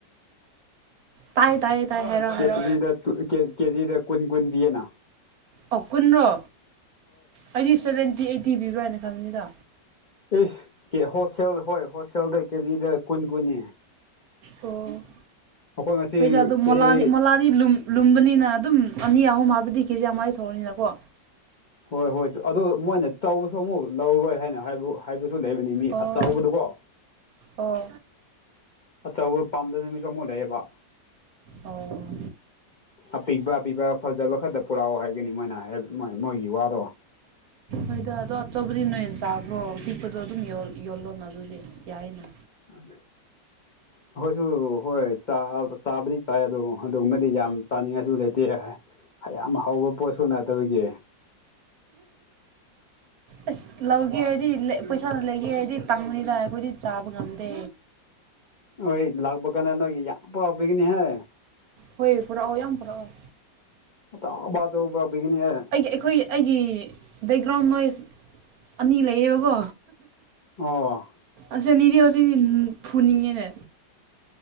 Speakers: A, on the right; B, on the left.
A: ꯇꯥꯏ ꯇꯥꯏ ꯇꯥꯏ ꯍꯥꯏꯔꯣ
B: ꯀꯦꯗꯦꯗ
A: ꯍꯥꯏꯔꯣ
B: ꯀꯦꯖꯤꯗ ꯀꯨꯟ ꯀꯨꯟ ꯄꯤꯑꯅ
A: ꯑꯣ ꯀꯨꯟ꯭ꯔꯣ ꯑꯩꯗꯤ ꯁꯕꯦꯟꯇꯤ ꯑꯩꯠꯇꯤ ꯄꯤꯕ꯭ꯔꯥ ꯍꯥꯏꯅ ꯈꯪꯕꯅꯤꯗ
B: ꯏꯁ ꯍꯣꯜꯁꯦꯜ ꯍꯣꯏ ꯍꯣꯜꯁꯦꯜꯗ ꯀꯦꯖꯤꯗ ꯀꯨꯟ ꯀꯨꯟꯅꯤ
A: ꯑꯣ ꯑꯣ
B: ꯑꯩꯈꯣꯏ ꯉꯁꯤ
A: ꯍꯣꯏꯗ ꯑꯗꯣ
B: ꯀꯦꯖꯤ
A: ꯃꯣꯂꯥꯗꯤ ꯃꯣꯂꯥꯗꯤ ꯂꯨꯝ ꯂꯨꯝꯕꯅꯤꯅ ꯑꯗꯨꯝ ꯑꯅꯤ ꯑꯍꯨꯝ ꯍꯥꯏꯕꯗꯤ ꯀꯦꯖꯤ ꯌꯥꯝꯃꯥꯏ ꯁꯧꯔꯅꯤꯅꯀꯣ
B: ꯍꯣꯏ ꯍꯣꯏ ꯑꯗꯨ ꯃꯣꯏꯅ ꯆꯥꯎꯧꯕꯁꯨ ꯑꯃꯨꯛ ꯂꯧꯔꯣꯏ ꯍꯥꯏꯅ ꯍꯥꯏꯕ ꯍꯥꯏꯕ ꯁꯨ ꯂꯩꯕꯅꯤ ꯃꯤ
A: ꯑꯣ
B: ꯑꯆꯕꯗꯀꯣ
A: ꯑꯣ
B: ꯑꯆꯧꯕ ꯄꯥꯝꯗꯕ ꯅꯨꯃꯤꯁꯨ ꯑꯃꯨꯛ ꯂꯩꯛꯑꯦꯕ
A: ꯑꯣ
B: ꯑꯄꯤꯕ ꯑꯄꯤꯕ ꯐꯖꯕ ꯈꯔꯛꯇ ꯄꯨꯔꯛꯑꯣ ꯍꯥꯏꯒꯅꯤ ꯃꯣꯏꯅꯣꯏ ꯃꯣꯏꯒꯤ ꯋꯥꯗꯣ
A: ꯍꯣꯏꯗ ꯑꯗꯣ ꯑꯆꯧꯕꯗꯤ ꯅꯣꯏꯅ ꯆꯥꯈ꯭ꯔꯣ ꯑ ꯄꯤꯛꯄꯗꯣ ꯑꯗꯨꯝ ꯌꯣꯜꯂꯣꯅ ꯑꯗꯨꯗꯤ ꯌꯥꯏꯅ
B: ꯑ ꯑꯩꯈꯣꯏꯁꯨ ꯍꯣꯏ ꯆꯥꯕꯗꯤ ꯆꯥꯏ ꯑꯗꯣ ꯑꯗꯨꯒꯨꯝꯃꯗꯤ ꯌꯥꯝ ꯆꯥꯅꯤꯡꯉꯥꯏꯁꯨ ꯂꯩꯇꯦ ꯌꯥꯝꯌꯥꯝ ꯍꯥꯎꯕ ꯄꯣꯠꯁꯨ ꯅꯗꯕꯒꯤ
A: ꯑꯁ ꯂꯧꯒꯦ ꯍꯥꯏꯔꯗꯤ ꯄꯩꯁꯥꯅ ꯂꯩꯒꯦ ꯍꯥꯏꯔꯗꯤ ꯇꯪꯉꯣꯏꯗ ꯑꯩꯈꯣꯏꯗꯤ ꯆꯥꯕ ꯉꯝꯗꯦ
B: ꯍꯣꯏ ꯂꯥꯛꯄ ꯀꯥꯟꯗ ꯅꯣꯏꯒꯤ ꯌꯥꯝ ꯄꯨꯔꯥꯎꯞꯄꯒꯤꯅꯤꯍꯦ
A: ꯍꯣꯏ ꯄꯨꯔꯛꯑꯣ ꯌꯥꯝ ꯄꯔꯛꯑꯣ
B: ꯑꯥ ꯑꯇꯥꯎꯕꯆꯧꯕ ꯄꯤꯒꯅꯤꯍꯦ
A: ꯑꯩꯈꯣꯏ ꯑꯩꯒꯤ ꯕꯦꯛꯒ꯭ꯔꯥꯎꯟ ꯅꯣꯏꯁ ꯑꯅꯤ ꯂꯩꯌꯦꯕꯀꯣ
B: ꯑ
A: ꯑꯁ ꯑꯅꯤꯗꯤ ꯍꯧꯖꯤꯛ ꯐꯨꯅꯤꯡꯉꯦꯅꯦ